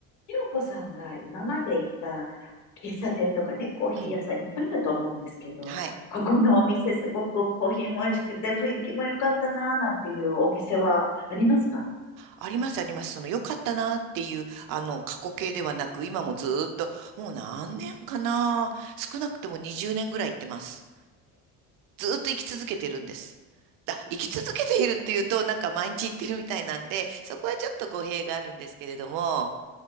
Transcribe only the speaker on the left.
ひろこさんが今まで行った喫茶店とかね、コーヒー屋さんいっぱいあると思うんですけど、
ここのお店すごくコーヒーも美味しくて雰囲気も良かったなぁなんていうお店はありますか